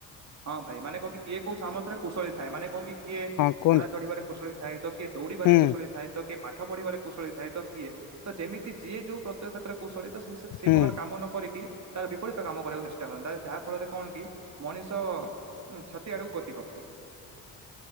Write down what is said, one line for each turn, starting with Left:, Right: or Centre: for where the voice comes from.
Right: କ ହଁ ଭାଇ ମାନେ କହ କି କିଏ କୋଉ ସାମର୍ଥ୍ୟ ରେ କୁଶଳୀ ଥାଏ ମାନେ କଅଁ କି କିଏ
Left: ହଁ କୁହନ୍ତୁ
Right: ଘୋଡା ଚଢିବାରେ କୁଶଳୀ ଥାଏ ତ କିଏ ଦୌଡିବାରେ
Left: ହୁଁ
Right: କୁଶଳୀ ଥାଏ ତ କିଏ ପାଠ ପଢିବାରେ କୁଶଳୀ ଥାଏ ତ କିଏ ତ ଯେମିତି ଯିଏ ଯୋଉ ପ୍ରତ୍ୟକ କ୍ଷେତ୍ରରେ କୁଶଳୀ ତ ସେ ସେଇ
Left: ହୁଁ
Right: ପ୍ରକାର କାମ ନ କରିକି ତାର ବିପରୀତ କାମ କରିବାକୁ ଚେଷ୍ଟା କରନ୍ତି ଯାହା ଫଳରେ କଣ କି ମଣିଷ ଉୁଁ କ୍ଷତି ଆଡକୁ ଗତି କରିଥାଏ।